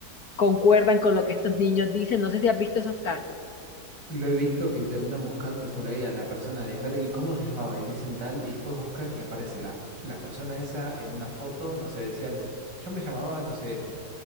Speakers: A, on the left; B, on the right.
A: concuerdan con lo que estos niños dicen. No sé si has visto esos casos.
B: Lo he visto que terminan buscando por ahí a la persona de, a ver, ¿y cómo se llamaba? Y dicen tal, y después buscan y aparece la, la persona esa en una foto, no sé, decían, yo me llamaba, no sé.